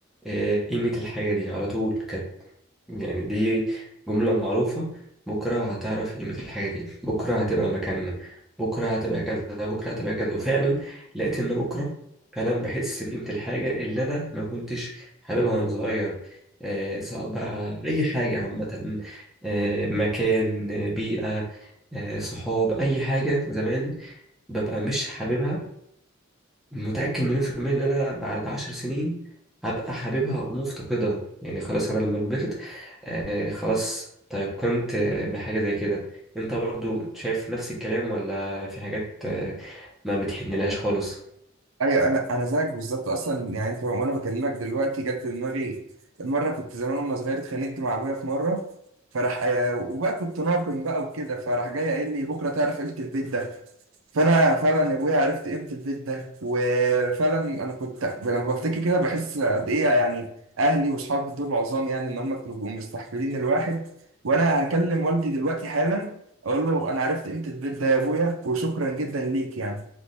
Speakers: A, in the centre; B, on the right.
A: آه، قيمة الحاجة دي على طول كانت يعني دي جملة معروفة بكرة هتعرف قيمة الحاجة دي بكرة هتبقى مكاننا بكرة هتبقى كذا بكرة هتبقى كذا وفعلا لقيت إن بكرة فعلا بحس بقيمة الحاجة اللي أنا ما كنتش حاببها وأنا صغير آه، سواء بقى أي حاجة عامة آه، مكان آه، بيئة آه، صحاب أي حاجة زمان ببقى مش حاببها متأكد مليون في المية إن أنا بعد عشر سنين هبقى حاببها ومفتقدها يعني خلاص أنا لما كبرت آه خلاص تيقنت آه، بحاجة زي كده أنت برضو شايف نفس الكلام ولا في حاجات آه ما بتحنلهاش خالص
B: ايوه انا انا زيك بالظبط اصلا يعني انت وانا بكلمك دلوقتي جت في دماغي مره كنت زمان وانا صغير اتخانقت مع ابويا في مره فراح آه، وبقى كنت ناقم بقى وكده فراح جاي قايل لي بكره تعرف قيمه البيت ده فانا فعلا يا ابويا عرفت قيمه البيت ده وفعلا انا كنت لما بفتكر كده بحس قد ايه يعني اهلي واصحابي دول عظام يعني ان هم كانوا بيبقوا مستحفلين الواحد وانا هكلم والدي دلوقتي حالا اقول له انا عرفت قيمه البيت ده يا ابويا وشكرا جدا ليك يعني